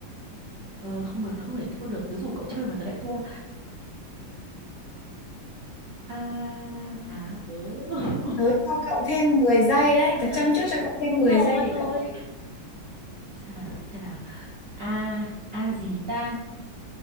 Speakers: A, on the right; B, on the left.
A: ờ, không được, tớ không thể thua được. Tớ rủ cậu chơi mà tớ lại thua. à à ừ
B: Tớ cho cậu thêm mười giây đấy,
A: <laughs>
B: tớ châm trước cho cậu thêm mười
A: thôi
B: giây để
A: thôi
B: cậu
A: xem nào xem nào a a gì ta